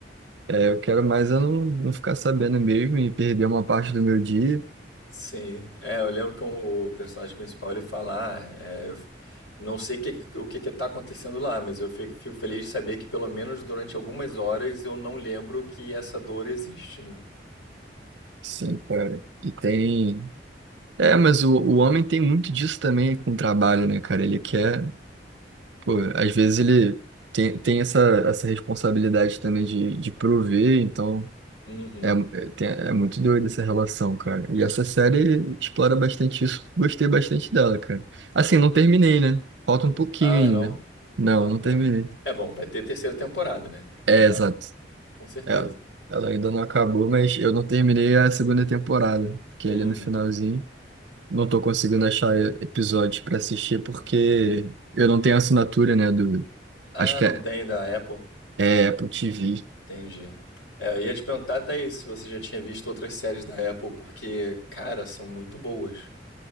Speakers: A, on the right; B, on the left.
A: é, eu quero mais eu não, não ficar sabendo mesmo e perder uma parte do meu dia.
B: Sim. É, eu lembro que o personagem principal ele fala, ah, é, eu f- não sei que- o que que tá acontecendo lá, mas eu fico, fico feliz de saber que pelo menos durante algumas horas eu não lembro que essa dor existe, né?
A: Sim, cara. E tem. É, mas o, o homem tem muito disso também com o trabalho, né, cara? Ele quer. Pô, às vezes ele tem, tem essa, essa responsabilidade também de, de prover, então.
B: Uhum.
A: É, é tem- é muito doida essa relação, cara. E essa série explora bastante isso. Gostei bastante dela, cara. Assim, não terminei, né? Falta um pouquinho
B: Ah,
A: ainda.
B: não?
A: Não,
B: Ah,
A: não
B: bom.
A: terminei.
B: É bom, vai ter terceira temporada, né?
A: É,
B: Tá,
A: exato.
B: com certeza.
A: É, ela ainda não acabou, mas eu não terminei a segunda temporada. Fiquei
B: Uhum.
A: ali no finalzinho. Não tô conseguindo achar e- episódios pra assistir porque eu não tenho assinatura, né, do...
B: Ah,
A: Acho que
B: não
A: é,
B: tem da Apple.
A: é Apple TV.
B: Entendi. É, eu ia te perguntar daí se você já tinha visto outras séries da Apple, porque, cara, são muito boas.